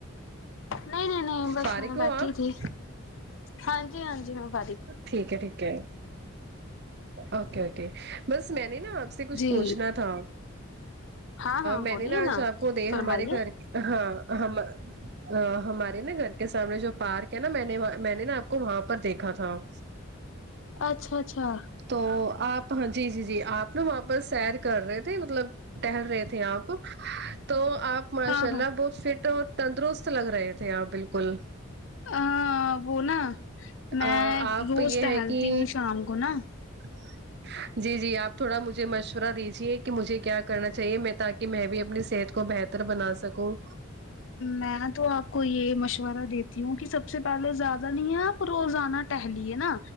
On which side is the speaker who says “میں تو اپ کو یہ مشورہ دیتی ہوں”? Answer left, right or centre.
Left